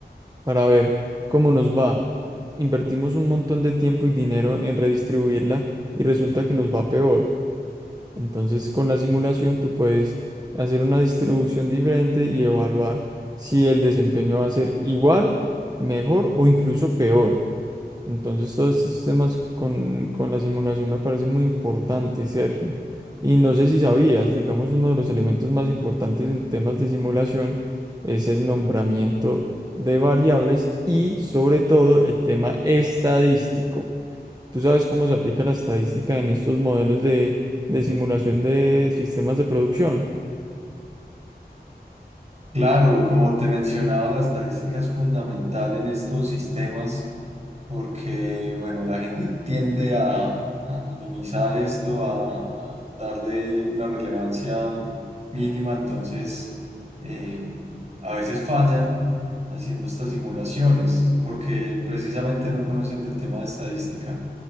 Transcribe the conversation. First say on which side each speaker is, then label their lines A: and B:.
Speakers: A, on the right; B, on the right.
A: para ver cómo nos va. Invertimos un montón de tiempo y dinero en redistribuirla y resulta que nos va peor. Entonces, con la simulación tú puedes hacer una distribución diferente y evaluar si el desempeño va a ser igual, mejor o incluso peor. Entonces, todos estos temas con, con la simulación me parecen muy importantes, Sergio. Y no sé si sabías, digamos, uno de los elementos más importantes en temas de simulación es el nombramiento de variables y, sobre todo, el tema estadístico. ¿Tú sabes cómo se aplica la estadística en estos modelos de, de simulación de sistemas de producción?
B: Claro, como te mencionaba, la estadística es fundamental en estos sistemas porque, bueno, la gente tiende a, a minimizar esto, a, a darle una relevancia mínima, entonces eh, a veces fallan haciendo estas simulaciones, porque precisamente no conocen del tema de estadística.